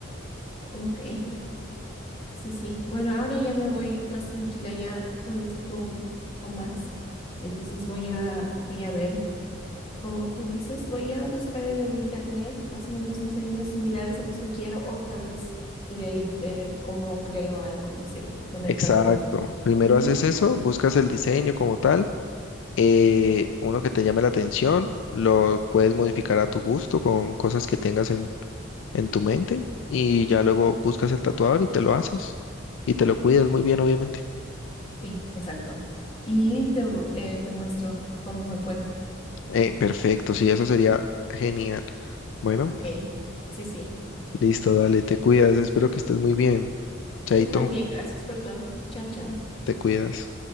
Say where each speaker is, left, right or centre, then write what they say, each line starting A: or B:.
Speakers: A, on the left; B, on the left.
A: Ok. Sí, sí. Bueno, ahora ya me voy más tranquila, ya conozco un poco más. Entonces voy a, voy a ver. Como tú dices, voy a buscar en el internet más o menos diseños similares a los que quiero o tal vez y de ahí ver cómo creo algo, no sé, con
B: Exacto.
A: el tatuador.
B: Primero
A: Ujú,
B: haces eso, buscas el diseño como tal eh, uno que te llame la atención, lo puedes modificar a tu gusto con cosas que tengas en, en tu mente y ya luego buscas el tatuador y te lo haces y te lo cuidas muy bien, obviamente.
A: Sí, exacto. Y te, eh, te muestro cómo me fue.
B: Eh, perfecto, sí, eso sería genial. Bueno,
A: Ok, sí, sí.
B: listo, dale, te cuidas, espero que estés muy bien. Chaito,
A: Tú también. Gracias por todo. Chao, chao.
B: te cuidas.